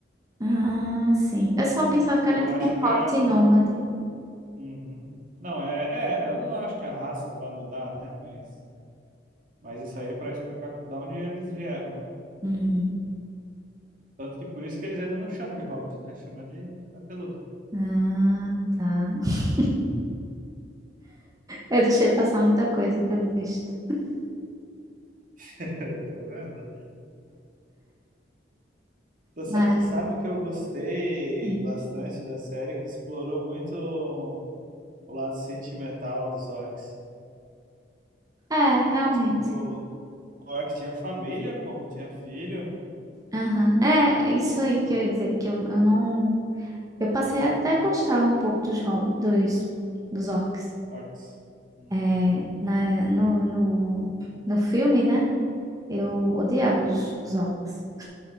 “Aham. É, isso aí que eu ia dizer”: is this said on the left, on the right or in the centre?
Right